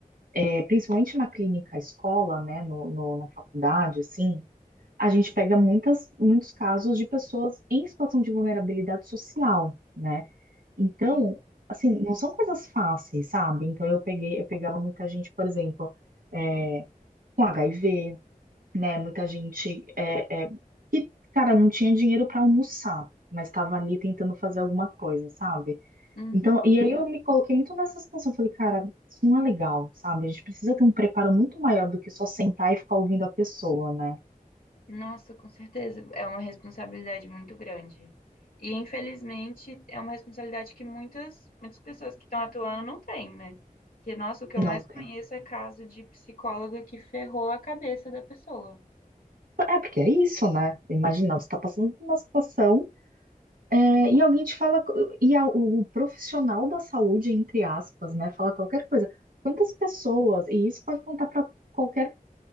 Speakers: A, on the right; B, on the left.
A: é, principalmente na clínica escola, né, no, no- na faculdade, assim, a gente pega muitas, muitos casos de pessoas em situação de vulnerabilidade social, né? Então,
B: Sim.
A: assim, não são coisas fáceis, sabe? Então eu peguei, eu pegava muita gente, por exemplo, é, com HIV né? Muita gente é, é, que, cara, não tinha dinheiro para almoçar, mas estava ali tentando fazer alguma coisa, sabe?
B: Uhum.
A: Então, e aí eu me coloquei muito nessa situação. Falei, cara, isso não é legal, sabe? A gente precisa ter um preparo muito maior do que só sentar e ficar ouvindo a pessoa, né?
B: Nossa, com certeza. É uma responsabilidade muito grande. E, infelizmente, é uma responsabilidade que muitas, muitas pessoas que estão atuando não têm, né? Porque, nossa, o que eu
A: Não
B: mais
A: tem.
B: conheço é caso de psicóloga que ferrou a cabeça da pessoa.
A: É, porque é isso, né? Imagina, você está passando por uma situação. É, e alguém te fala, e a- o profissional da saúde, entre aspas, né, fala qualquer coisa. Quantas pessoas, e isso pode contar para qualquer